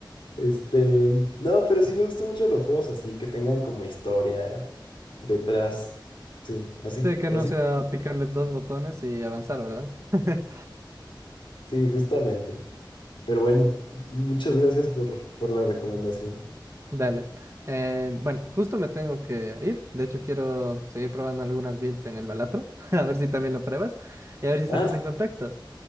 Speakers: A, on the left; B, on the right.
A: Este. No, pero sí me gustan mucho los juegos así, que tengan como historia detrás. Sí, así,
B: Sí, que
A: así.
B: no sea picarle dos botones y avanzar, ¿verdad? <laughs>
A: Sí, justamente. Pero bueno, muchas gracias por, por la recomendación.
B: Dale. Eh, bueno, justo me tengo que ir. De hecho, quiero seguir probando algunas builds en el Balatro. <laughs> A ver si también lo pruebas. Y a ver si estamos
A: Ah,
B: en contacto.